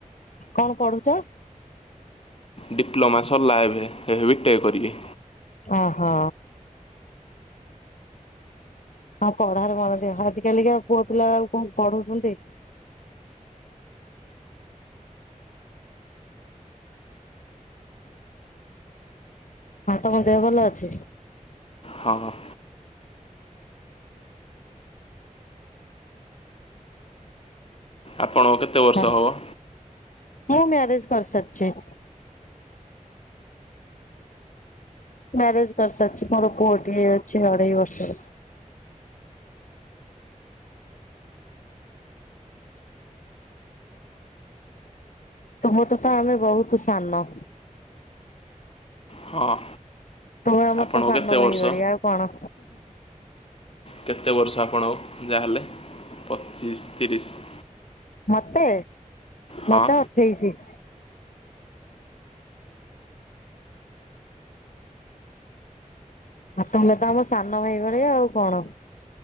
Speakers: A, on the left; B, on the left.
A: କଣ ପଢୁଚ?
B: ଡିପ୍ଲୋମା ସରିଲା ଏବେ ଏବେ ବି ଟେକ୍ କରିବି।
A: ଓ ହୋ। ହଁ ପଢାରେ ମନ ଦିଅ ଆଜିକାଲିକା ପୁଅ ପିଲା ଆଉ କଣ ପଢଉଛନ୍ତି। ଆଉ ତମ ଦେହ ଭଲ ଅଛି?
B: ହଁ ହଁ। ଆପଣଙ୍କୁ କେତେ ବର୍ଷ
A: ହଁ
B: ହେବ?
A: ମୁଁ ମ୍ୟାରେଜ କରିସାରିଛି। ମ୍ୟାରେଜ କରିସାରିଛି ମୋର ପୁଅଟି ଅଛି ଅଢେଇ ବର୍ଷ। ତମଠୁ ତ ଆମେ ବହୁତ ସାନ।
B: ହଁ।
A: ତୁମେ ଆମର
B: ଆପଣଙ୍କୁ
A: ତ ସାନ
B: କେତେ
A: ଭାଇ
B: ବର୍ଷ
A: ଭଳିଆ ଆଉ କଣ।
B: କେତେ ବର୍ଷ ଆପଣଙ୍କୁ ଯାହାହେଲେ ପଚିଶ ତିରିଶ।
A: ମତେ
B: ହଁ
A: ମତେ ଅଠେଇଶି। ଆଉ ତମେ ତ ଆମ ସାନ ଭାଇ ଭଳିଆ ଆଉ କଣ।